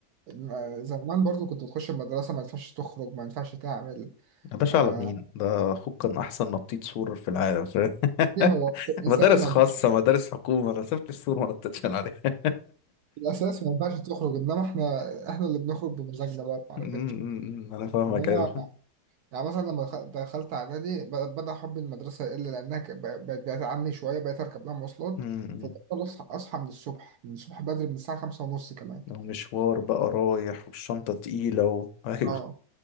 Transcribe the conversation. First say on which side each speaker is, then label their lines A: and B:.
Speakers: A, on the right (about 70°); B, on the left (about 70°).
A: م- زمان برضو كنت بتخش المدرسة ما ينفعش تخرج ما ينفعش تعمل
B: يا باشا
A: آه
B: على مين ده اخوك كان احسن نطيط سور في العالم فاهم؟
A: إيه هو
B: <laughs>
A: في الأساس
B: مدارس
A: ما
B: خاصه
A: ينفعش
B: مدارس حكومه انا سبت السور ما نطيتش أنا عليه <laughs>
A: في الأساس ما ينفعش تخرج إنما إحنا إحنا اللي بنخرج بمزاجنا بقى بمعرفتنا
B: أمم، أمم، أمم. انا فاهمك
A: إنما
B: ايوه
A: يعني مثلا لما دخ- دخلت إعدادي ب- بدأ حب المدرسة يقل لأنها ك- ب- بقت بعيدة عني شوية بقيت أركب لها مواصلات
B: أمم، أمم.
A: فبضطر أصحى أصحى من الصبح من الصبح بدري من الساعة خمسة ونص كمان
B: لو مشوار بقى رايح والشنطه تقيله و... ايوه
A: أه